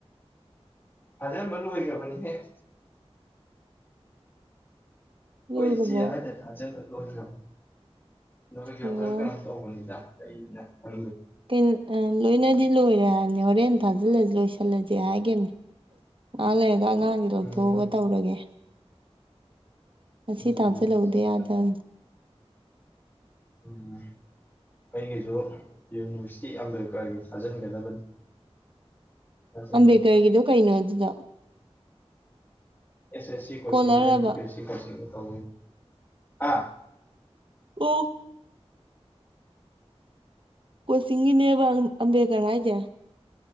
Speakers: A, on the left; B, on the right.
A: ꯊꯥꯖꯟꯕ ꯂꯣꯏꯒꯔꯕꯅꯦ ꯑꯦ
B: ꯂꯣꯏꯒ꯭ꯔꯕꯣ
A: ꯍꯣꯏ ꯏꯆꯦ ꯑꯍꯟꯅ ꯊꯥꯖꯟꯕ ꯂꯣꯏꯒ꯭ꯔꯝ ꯂꯣꯏꯒ꯭ꯔꯕꯀꯩꯝ
B: ꯑꯣ
A: ꯇꯧꯕꯅꯤꯗ ꯑꯩꯅ ꯈꯟ
B: ꯀꯩꯟ ꯑ ꯂꯣꯏꯅꯗꯤ ꯂꯣꯏꯔꯦ ꯍꯥꯏꯕꯅꯦ ꯍꯣꯔꯦꯟ ꯊꯥꯖꯤꯜꯂꯁꯤ ꯂꯣꯏꯁꯤꯜꯂꯁꯤ ꯍꯥꯏꯒꯤꯝ ꯉꯍꯥꯛ ꯂꯩꯔꯒ ꯑꯉꯥꯡꯒꯤ ꯂꯧꯊꯣꯛꯑꯒ
A: ꯎꯝ
B: ꯇꯧꯔꯒꯦ ꯉꯁꯤ
A: ꯑꯣ
B: ꯊꯥꯖꯜꯍꯧꯗ
A: ꯑꯠꯆꯥ ꯑꯠꯆꯥ
B: ꯌꯥꯗꯝ
A: ꯎꯝ ꯑꯩꯒꯤꯁꯨ ꯌꯨꯅꯤꯚꯔꯁꯤꯇꯤ ꯑꯝꯕꯦꯗꯀꯔꯒꯤ ꯊꯥꯖꯟꯒꯗꯕꯅꯤ <unintelligible> ꯑꯦꯁ
B: ꯑꯝꯕꯦꯗꯀꯔꯒꯤꯗꯣ ꯀꯩꯅꯣ ꯑꯗꯨꯗꯣ
A: S C
B: ꯏꯁꯀꯣꯂꯔꯕ
A: ꯀꯣꯆꯤꯡꯒ U P S C ꯀꯣꯆꯤꯡꯒ ꯇꯧꯏ ꯍꯥ
B: ꯎ ꯀꯣꯆꯤꯡꯒꯤꯅꯦꯕ ꯑꯝꯕꯦꯗꯀꯔ ꯍꯥꯏꯁꯦ